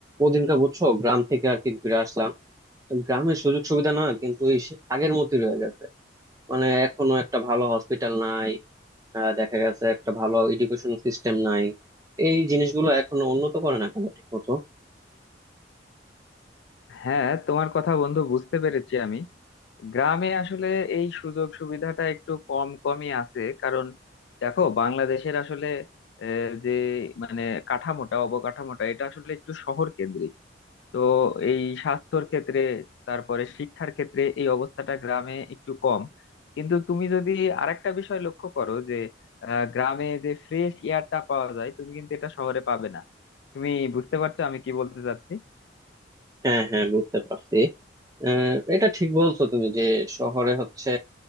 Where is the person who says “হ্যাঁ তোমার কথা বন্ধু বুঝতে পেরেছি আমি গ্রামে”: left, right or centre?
Left